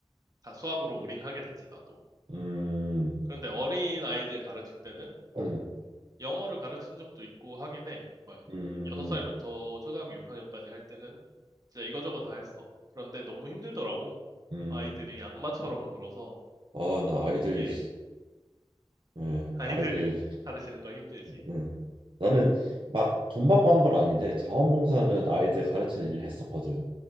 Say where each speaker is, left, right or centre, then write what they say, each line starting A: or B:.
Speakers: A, on the right; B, on the right.
A: 다 수학으로 올인하게 됐지, 나도.
B: 음.
A: 그런데 어린 아이들 가르칠 때는
B: 음.
A: 영어를 가르친 적도 있고 하긴 해. 막
B: 음.
A: 6살부터 초등학교 6학년까지 할 때는 진짜 이거저거 다 했어. 그런데 너무 힘들더라고.
B: 음.
A: 아이들이 악마처럼 굴어서
B: 아, 나 아이들
A: 이게
B: 예,
A: 아이들
B: 아이들
A: <laughs> 가르치는 건 힘들지.
B: 음. 나는 막 돈 받고 한 건 아닌데 자원봉사는 아이들 가르치는 일을 했었거든.